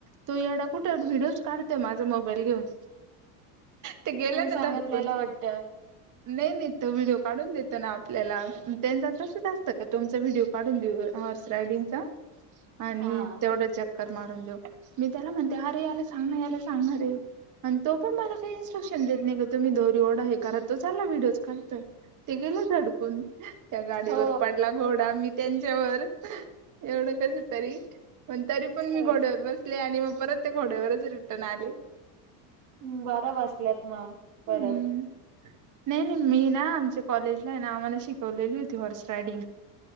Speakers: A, on the right; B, on the right.
A: तो येडा कुठ व्हडिओज काढतेय माझ मोबाईल घेऊन ते गेलं
B: तुम्ही
A: ना
B: सांगितलेलं
A: धडपून
B: वाटत
A: नाही नाही तर व्हिडिओ काढून देत ना आपल्याला त्यांच तसं जा असतं का तुमचा व्हिडिओ काढून देऊ अस राडिंग आणि
B: हा
A: तेवढा चक मारून देऊ मी त्याला म्हणते अरे याला सांग ना याला सांगना रे. आणि तो पण मला काही इनस्ट्रक्शन देत नाही का तुम्ही दोरी ओढा हे करा तो चालला व्हिडिओज काढतोय ते गेलं धडकून त्या गाडीवर
B: हो
A: पडला घोडा मी त्यांच्यावर एवढं कच आहे तरी पण तरी पण मी
B: हो.
A: घोड्यावर बसले आणि मग परत त्या घोड्यावरच रिटर्न आले.
B: हम् बारा वाजल्यात मग परत.
A: हम्म नाही, नाही मी ना आमच्या कॉलेजला आहे ना आम्हाला शिकवलेली होती हॉर्स रायडिंग.